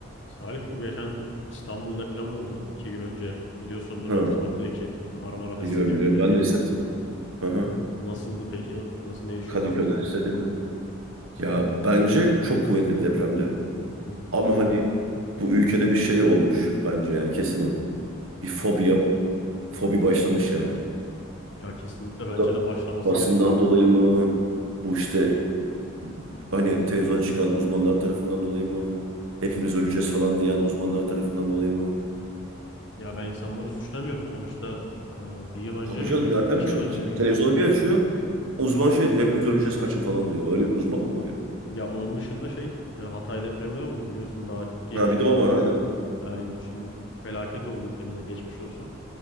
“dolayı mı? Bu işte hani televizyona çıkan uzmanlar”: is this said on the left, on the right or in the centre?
Right